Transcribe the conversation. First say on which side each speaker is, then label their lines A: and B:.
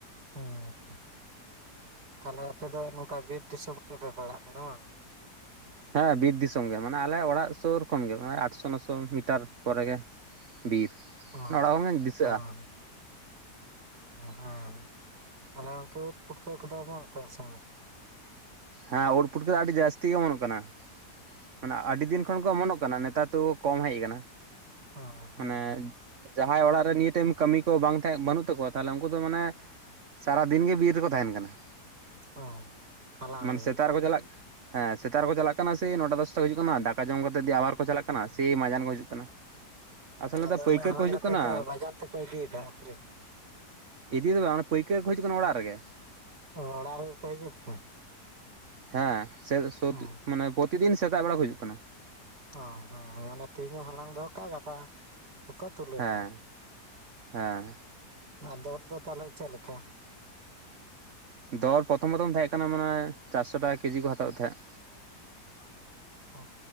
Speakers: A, on the right; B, on the right.
A: ᱦᱮᱸ ᱛᱟᱦᱞᱮ ᱟᱯᱮ ᱫᱚ ᱱᱚᱝᱠᱟ ᱵᱤᱨ ᱫᱤᱥᱚᱢ ᱜᱮᱯᱮ ᱯᱟᱲᱟᱜ ᱠᱟᱱᱟ ᱵᱟᱝ
B: ᱦᱮᱸ ᱵᱤᱨ ᱫᱤᱥᱚᱢ ᱜᱮ ᱢᱟᱱᱮ ᱟᱞᱮ ᱚᱲᱟᱜ ᱥᱩᱨ ᱠᱷᱚᱱᱜᱮ ᱢᱟᱱᱮ ᱟᱴᱥᱚ ᱱᱚᱥᱚ ᱢᱤᱴᱟᱨ ᱯᱚᱨᱮ ᱜᱮ ᱵᱤᱨ
A: ᱚ
B: ᱚᱲᱟᱜ ᱠᱷᱚᱱ ᱜᱮ ᱫᱤᱥᱟᱹᱜᱼᱟ
A: ᱦᱮᱸᱸ ᱦᱩᱸ ᱟᱞᱮ ᱚᱱᱛᱮ ᱩᱫ ᱯᱩᱴᱠᱟᱹ ᱠᱚᱫᱚ ᱟᱢᱟᱱᱚᱜ ᱠᱟᱱᱟ ᱥᱮ ᱵᱟᱝ
B: ᱦᱮᱸ ᱳᱫᱯᱩᱴᱠᱚ ᱫᱚ ᱟᱹᱰᱤ ᱡᱟᱹᱥᱛᱤ ᱜᱮ ᱮᱢᱚᱱᱚᱜ ᱠᱟᱱᱟ ᱢᱟᱱᱮ ᱟᱹᱰᱤ ᱫᱤᱱ ᱠᱷᱚᱱ ᱠᱚ ᱚᱢᱚᱱᱚᱜ ᱠᱟᱱᱟ ᱱᱮᱛᱟᱨ ᱫᱚ ᱠᱚᱢ ᱦᱮᱡ ᱟᱠᱟᱱᱟ
A: ᱚ ᱦᱮᱸ ᱦᱮᱸ
B: ᱢᱟᱱᱮ ᱡᱟᱦᱟᱸᱭ ᱚᱲᱟᱜ ᱨᱮ ᱱᱤᱭᱟᱹ ᱴᱟᱭᱤᱢ ᱠᱟᱹᱢᱤ ᱠᱚ ᱵᱟᱝ ᱛᱟᱦᱮᱸ ᱵᱟᱹᱱᱩᱜ ᱛᱟᱠᱚᱣᱟ ᱛᱟᱦᱞᱮ ᱩᱱᱠᱩ ᱫᱚ ᱢᱟᱱᱮ ᱥᱟᱨᱟᱫᱤᱱ ᱜᱮ ᱵᱤᱨ ᱨᱮᱠᱚ ᱛᱟᱦᱮᱱ ᱠᱟᱱᱟ
A: ᱚ ᱦᱟᱞᱟᱝ
B: ᱢᱟᱱᱮ
A: ᱞᱟᱹᱜᱤᱫ
B: ᱥᱮᱛᱟᱜ ᱨᱮᱠᱚ ᱪᱟᱞᱟᱜ ᱠᱟᱱᱟ ᱦᱮᱸ ᱥᱮᱛᱟᱟᱜ ᱨᱮᱠᱚ ᱪᱟᱞᱟ ᱠᱟᱱᱟ ᱥᱮ ᱱᱚᱰᱮ ᱫᱚᱥ ᱦᱤᱡᱩᱜ ᱠᱟᱱᱟ ᱫᱟᱠᱟ ᱡᱚᱢ ᱠᱟᱛᱮ ᱟᱵᱟᱨ ᱠᱚ ᱪᱟᱞᱟᱜ ᱠᱟᱱᱟ ᱥᱮᱭ ᱢᱟᱡᱟᱱ ᱠᱚ ᱦᱤᱡᱩᱜ ᱠᱟᱱᱟ ᱟᱥᱚᱞ
A: ᱦᱮ ᱟᱫᱚ
B: ᱱᱮᱛᱟᱨ
A: ᱚᱱᱟ
B: ᱯᱟᱹᱭᱠᱟᱹᱨ
A: ᱦᱟᱞᱟᱝ
B: ᱠᱚ ᱦᱤᱡᱩᱜ
A: ᱠᱟᱛᱮᱫ
B: ᱠᱟᱱᱟ
A: ᱫᱚ ᱵᱟᱡᱟᱨ ᱛᱮᱠᱚ ᱤᱫᱤᱭᱮᱫᱟ ᱟᱹᱠᱨᱤᱧ
B: ᱤᱫᱤᱫᱚ ᱵᱟᱝ ᱚᱱᱟ ᱯᱟᱹᱭᱠᱟᱹᱨ ᱠᱚ ᱦᱤᱡᱩᱜ ᱠᱟᱱᱟ ᱚᱲᱟᱜ ᱨᱮᱜᱮ
A: ᱚ ᱚᱲᱟᱜ ᱨᱮᱜᱮ ᱠᱚ ᱦᱤᱡᱩᱜ ᱠᱟᱱᱟ
B: ᱦᱮᱸ
A: ᱦᱩᱸ
B: ᱢᱟᱱᱮ ᱯᱨᱚᱛᱤᱫᱤᱱ ᱥᱮᱛᱟᱜ ᱵᱮᱲᱟ ᱠᱚ ᱦᱤᱡᱩᱜ ᱠᱟᱱᱟ
A: ᱚ ᱦᱮᱸ ᱢᱟᱱᱮ ᱛᱮᱦᱤᱧ ᱦᱚᱸ ᱦᱟᱞᱟᱝ ᱫᱚᱦᱚ ᱠᱟᱜ-ᱟ ᱜᱟᱯᱟ ᱵᱟᱠᱚ ᱛᱩᱞᱟᱹᱣᱟ
B: ᱦᱮᱸ ᱦᱮᱸ
A: ᱟᱨ ᱫᱚᱨ ᱫᱚ ᱛᱟᱦᱚᱞᱮ ᱪᱮᱫᱮ ᱞᱮᱠᱟ
B: ᱫᱚᱨ ᱯᱨᱚᱛᱷᱚᱢ ᱯᱨᱚᱛᱷᱚᱢ ᱛᱟᱦᱮᱸ ᱠᱟᱱᱟ ᱢᱟᱱᱮ ᱪᱟᱨᱥᱚ ᱴᱟᱠᱟ ᱠᱮᱡᱤ ᱠᱚ ᱦᱟᱛᱟᱣᱮᱫ ᱛᱟᱦᱮᱸᱫ
A: ᱟᱨ <inaudible> ᱚ